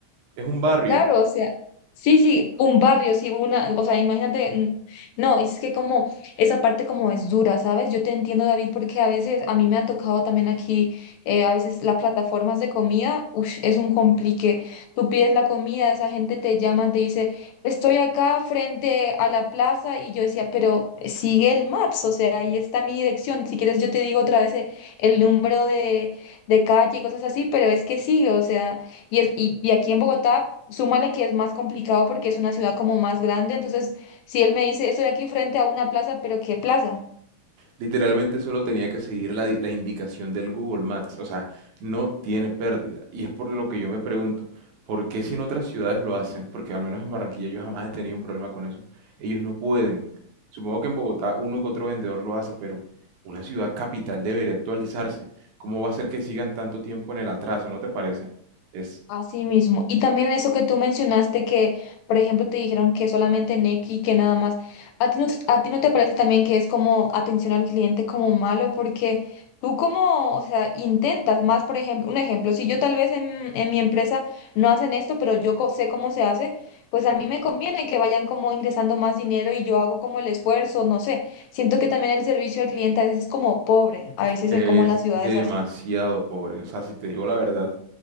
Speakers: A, on the right; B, on the left.
A: es un barrio.
B: Claro, o sea, sí, sí, un barrio, sí, una, o sea, imagínate, n- no, es que como esa parte como es dura, ¿sabes? Yo te entiendo, David, porque a veces a mí me ha tocado también aquí, eh, a veces las plataformas de comida, ush, es un complique. Tú pides la comida, esa gente te llama, te dice, estoy acá frente a la plaza, y yo decía, pero sigue el Maps, o sea, ahí está mi dirección. Si quieres, yo te digo otra vez eh, el número de, de calle y cosas así, pero es que sigue, o sea. Y, es, y, y aquí en Bogotá, súmale que es más complicado porque es una ciudad como más grande. Entonces, si él me dice, estoy aquí frente a una plaza, pero ¿qué plaza?
A: Literalmente solo tenía que seguir la, di- la indicación del Google Maps, o sea, no tiene pérdida. Y es por lo que yo me pregunto, ¿por qué si en otras ciudades lo hacen? Porque al menos en Barranquilla yo jamás he tenido un problema con eso. Ellos no pueden. Supongo que en Bogotá uno que otro vendedor lo hace, pero una ciudad capital debería actualizarse. ¿Cómo va a ser que sigan tanto tiempo en el atraso? ¿No te parece? Es,
B: Así mismo. Y también eso que tú mencionaste que, por ejemplo, te dijeron que solamente Nequi, que nada más. ¿A ti no, a ti no te parece también que es como atención al cliente como malo? Porque tú como, o sea, intentas más, por ejemplo, un ejemplo, si yo tal vez en, en mi empresa no hacen esto, pero yo co- sé cómo se hace, pues a mí me conviene que vayan como ingresando más dinero y yo hago como el esfuerzo, no sé. Siento que también el servicio al cliente a veces es como pobre, a veces
A: es
B: es como en las ciudades
A: demasiado
B: así.
A: pobre. O sea, si te digo la verdad,